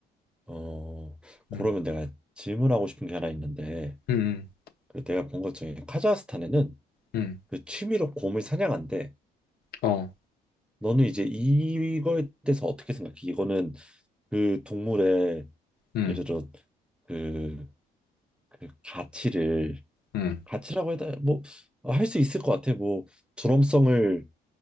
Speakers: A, in the centre; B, on the left.
A: 어,
B: 음,
A: 그러면 내가 질문하고 싶은 게 하나 있는데,
B: 음, 음,
A: 그 내가 본 것 중에 카자흐스탄에는
B: 음.
A: 그 취미로 곰을 사냥한대.
B: 어,
A: 너는 이제 이거에 대해서 어떻게 생각해? 이거는 그 동물의
B: 음,
A: 예를 들어 그, 그 가치를
B: 음.
A: 가치라고 해야 뭐할 수 있을 것 같아. 뭐 존엄성을